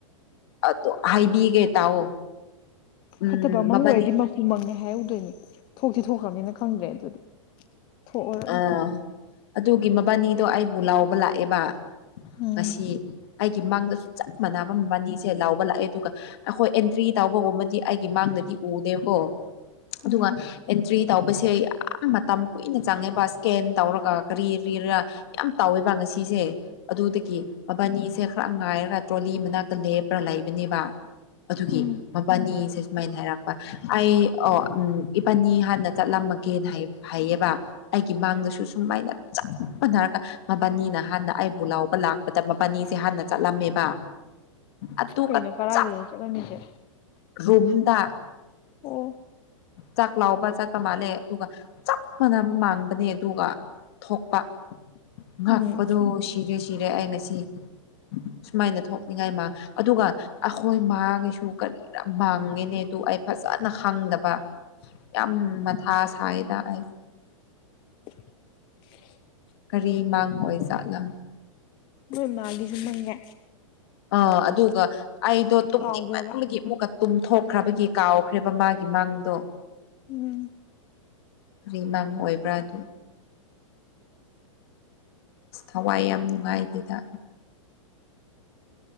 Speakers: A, on the left (about 50°); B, on the left (about 30°).
A: ꯑꯗꯣ ꯍꯥꯏꯕꯤꯒꯦ ꯇꯥꯎꯑꯣ ꯎꯝ
B: ꯐꯠꯇꯕ ꯃꯪ
A: ꯃꯕꯥꯅꯤ
B: ꯑꯣꯏꯔꯗꯤ ꯃꯀꯨ ꯃꯪꯅꯦ ꯍꯥꯏꯍꯧꯗꯣꯏꯅꯤ ꯊꯣꯛꯇꯤ ꯊꯣꯛꯈ꯭ꯔꯕꯅꯤꯅ ꯈꯪꯗ꯭ꯔꯦ ꯑꯗꯨꯗꯤ ꯊꯣꯛꯑꯔꯣꯏ
A: ꯑꯥ ꯑꯗꯨꯒꯤ ꯃꯕꯥꯅꯤꯗꯣ ꯑꯩꯕꯨ ꯂꯥꯎꯕ ꯂꯥꯛꯑꯦꯕ
B: ꯎꯝ
A: ꯉꯁꯤ ꯑꯩꯒꯤ ꯃꯥꯡꯗꯁꯨ ꯆꯞ ꯃꯥꯟꯅꯕ ꯃꯕꯅꯤꯁ‌ꯦ ꯁꯦ ꯂꯥꯎꯕ ꯂꯥꯛꯑꯦ ꯑꯗꯨꯒ ꯑꯩꯈꯣꯏ ꯑꯦꯟꯇ꯭ꯔꯤ ꯇꯥꯎꯕꯒꯨꯝꯕꯗꯤ ꯑꯩꯒꯤ ꯃꯥꯡꯗꯗꯤ ꯎꯗꯦꯀꯣ
B: ꯎꯝ
A: ꯑꯗꯨꯒ ꯑꯦꯟꯇ꯭ꯔꯤ ꯇꯧꯕꯁꯦ ꯌꯥꯝ.. ꯃꯇꯝ ꯀꯨꯏꯅ ꯆꯪꯉꯦꯕ ꯏꯁꯀꯦꯟ ꯇꯧꯔꯒ ꯀꯔꯤ ꯀꯔꯤꯔ ꯌꯥꯝ ꯇꯧꯋꯦꯕ ꯉꯁꯤꯁꯦ ꯑꯗꯨꯗꯒꯤ ꯃꯕꯥꯅꯤꯁꯦ ꯈꯔ ꯉꯥꯏꯔꯒ ꯇ꯭ꯔꯣꯂꯤ ꯃꯅꯥꯛꯇ ꯂꯦꯞꯄ꯭ꯔ ꯂꯩꯕꯅꯦꯕ ꯑꯗꯨꯒꯤ
B: ꯎꯝ
A: ꯑꯝ ꯏꯕꯥꯅꯤꯁꯦ ꯁꯨꯃꯥꯏꯅ ꯍꯥꯏꯔꯛꯄ ꯑꯩ ꯑꯣ ꯎꯝ ꯏꯕꯥꯅꯤ ꯍꯥꯟꯅ ꯆꯠꯂꯝꯃꯒꯦꯅ ꯍꯥꯏ ꯍꯩꯌꯦꯕ ꯑꯩꯒꯤ ꯃꯥꯡꯗꯁꯨ ꯁꯨꯃꯥꯏꯅ ꯆꯞ ꯃꯥꯟꯅꯔꯒ ꯃꯕꯥꯅꯤꯅ ꯍꯥꯟꯅ ꯑꯩꯕꯨ ꯂꯥꯎꯕ ꯂꯥꯛꯄꯗ ꯃꯕꯥꯅꯤꯁꯦ ꯍꯥꯟꯅ ꯆꯠꯂꯝꯃꯦꯕ ꯑꯗꯨꯒ
B: ꯀꯩꯅꯣ ꯀꯔꯥꯏꯗꯅꯣ
A: ꯆꯞ
B: ꯆꯠꯂꯝꯃꯤꯖꯦ
A: ꯔꯨꯝꯗ
B: ꯑꯣ
A: ꯆꯥꯛ ꯂꯥꯎꯕ ꯆꯠꯄ ꯃꯥꯜꯂꯦ ꯑꯗꯨꯒ ꯆꯞ ꯃꯥꯟꯅꯕ ꯃꯥꯡꯕꯅꯦ ꯑꯗꯨꯒ ꯊꯣꯛꯄ ꯉꯥꯛꯄꯗꯨ
B: ꯎꯝ
A: ꯁꯤꯔꯦ ꯁꯤꯔꯦ ꯑꯩ ꯉꯁꯤ ꯁꯨꯃꯥꯏꯅ ꯊꯣꯛꯅꯤꯡꯉꯥꯏ ꯃꯥ ꯑꯗꯨꯒ ꯑꯩꯈꯣꯏ ꯃꯥꯒꯤꯁꯨ ꯀꯔꯤꯅ ꯃꯥꯡꯉꯦꯅꯦ ꯑꯗꯨ ꯑꯩ ꯐꯖꯅ ꯈꯪꯗꯕ
B: <unintelligible>
A: ꯌꯥꯝ ꯃꯊꯥ ꯁꯥꯏꯌꯦꯗ ꯑꯩ
B: <unintelligible>
A: ꯀꯔꯤ ꯃꯥꯡꯕ ꯑꯣꯏ ꯖꯥꯠꯅꯣ
B: ꯅꯣꯢ ꯃꯥꯒꯤꯖꯨ ꯃꯪꯉꯦ
A: ꯑ ꯑꯗꯨꯒ ꯑꯩꯗꯣ ꯇꯨꯝꯅꯤꯡ
B: ꯀꯥꯎꯈ꯭ꯔꯕ
A: ꯃꯟꯕꯒꯤ ꯑꯃꯨꯛꯀ ꯇꯨꯝꯊꯣꯛꯈ꯭ꯔꯕꯒꯤ ꯀꯥꯎꯈ꯭ꯔꯦꯕ ꯃꯥꯒꯤ ꯃꯥꯡꯗꯣ
B: ꯎꯝ
A: ꯔꯤꯃꯥꯡ ꯑꯣꯏꯕ꯭ꯔꯥ ꯑꯗꯨ ꯑꯁ ꯊꯋꯥꯏ ꯌꯥꯝ ꯅꯨꯡꯉꯥꯏꯇꯦꯗ